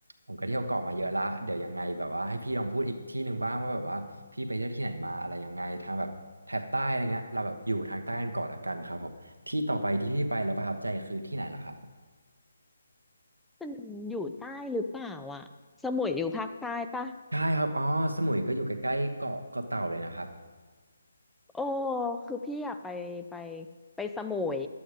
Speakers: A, on the right; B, in the centre.
A: ผมก็เที่ยวเกาะมาเยอะละเดี๋ยวยังไงแบบว่าให้พี่ลองพูดอีกที่หนึ่งบ้างว่าแบบว่าพี่ไปเที่ยวที่ไหนมาอะไรยังไงทางแบบแถบใต้อะไรเงี้ยเราแบบอยู่ทางใต้กันก่อนละกันครับผมที่ต่อไปที่พี่ไปแล้วประทับใจคือที่ไหนเหรอครับ
B: มันอยู่ใต้หรือเปล่าอ่ะสมุยอยู่ภาคใต้ปะ
A: ใช่ครับอ๋อสมุยก็อยู่ใกล้ๆเกาะเกาะเต่าเลยนะครับ
B: โอ้คือพี่อยากไปไปไปสมุย